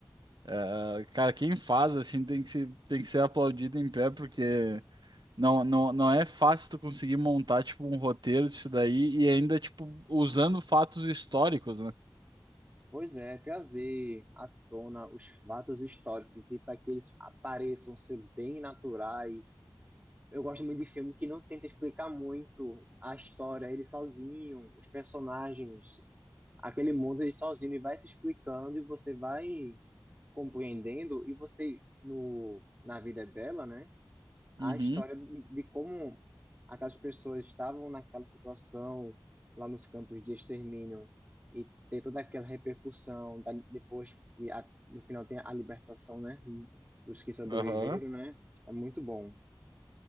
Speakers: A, on the right (about 70°); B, on the right (about 20°).
A: É, cara, quem faz assim tem que ser, tem que ser aplaudido em pé porque Não, não, não é fácil tu conseguir montar, tipo, um roteiro disso daí e ainda, tipo, usando fatos históricos, né?
B: Pois é, trazer à tona os fatos históricos e para que eles apareçam ser bem naturais Eu gosto muito de filme que não tenta explicar muito a história, ele sozinho, os personagens, aquele mundo ele sozinho, ele vai se explicando e você vai compreendendo e você no na vida dela, né? A
A: Uhum.
B: história de, de como aquelas pessoas estavam naquela situação lá nos campos de extermínio e ter toda aquela repercussão da, depois que a, no final tem a libertação, né? Dos que sobreviveram,
A: Aham.
B: né? É muito bom.